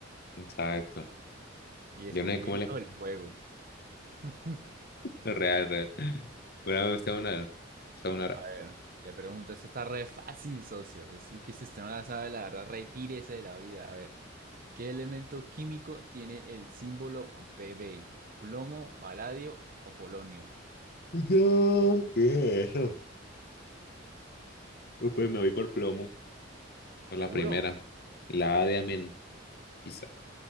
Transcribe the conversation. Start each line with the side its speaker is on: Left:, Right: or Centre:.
Left: Exacto.
Right: Y descubrimiento
Left: Yo no sé cómo le...
Right: del
Left: <laughs>
Right: fuego. <laughs>
Left: Real, real. Bueno, usted una... Usted una... ra-
Right: A ver, le pregunto, esto está re fácil, socio. Es, es que si usted no la sabe, la verdad, retírese de la vida. A ver, ¿qué elemento químico tiene el símbolo Pb? ¿Plomo, paladio o polonio?
Left: No, ¿qué es eso? Uh, Pues me voy por plomo. Por
Right: ¿Seguro?
Left: la primera. La A de amén, quizá.